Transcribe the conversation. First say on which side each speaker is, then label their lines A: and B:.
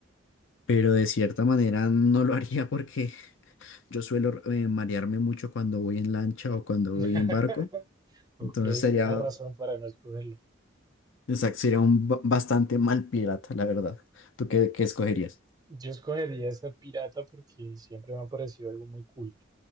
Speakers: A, on the left; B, on the right.
A: pero de cierta manera no lo haría porque Yo suelo eh, marearme mucho cuando voy en lancha o cuando
B: <laughs>
A: voy en barco.
B: Ok,
A: Entonces sería,
B: buena razón para no escogerlo.
A: exacto, sería un ba- bastante mal pirata, la verdad. ¿Tú qué, qué escogerías?
B: Yo escogería ser pirata porque siempre me ha parecido algo muy cool.